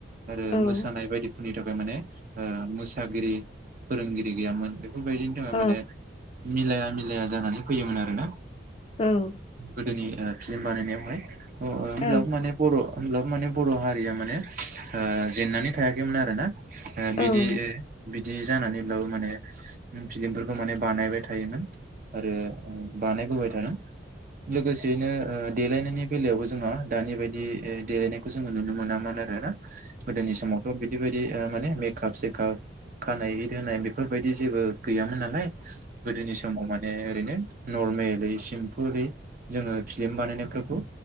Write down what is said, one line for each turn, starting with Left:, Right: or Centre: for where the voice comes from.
Right: आरो
Left: औ
Right: मोसानाय बायदिफोरनि थाखाय माने ओ मोसागिरि फोरोंगिरि गैयामोन बेफोरबायदिनि थाखाय
Left: औ
Right: माने मिलाया मिलाया जानानै फैयोमोन आरोना
Left: औ
Right: गोदोनि ओ फिलिम बानायनायावहाय ह ओ
Left: नंगौ
Right: होमब्लाबो
Left: औ औ
Right: माने बर' होमब्लाबो माने बर' हारिया माने ओ जेन्नानै थायाखैमोन आरोना ओ
Left: औ
Right: बिदि ओ बिद दि जानानैब्लाबो माने <unintelligible> नों फिलिमफोरखौ माने बानायबाय थायोमोन आरो ओ बानायबोबाय थादों। लोगोसेयैनो ओ देलायनायनि बेलायावबो जोंहा दानि बायदि ओ देलायनायखौ जोङो नुनो मोनामोन आरोना। गोदोनि समावथ' बिदि बायदि माने ओ मेकप सेकाप खानाय हित होनाय बेफ फोरबायदि जेबो गैयामोन नालाय गोदोनि समाव माने ओरैनो नर्मेल सिम्पोलै जोङो फिलिम बानायनायफोरखौ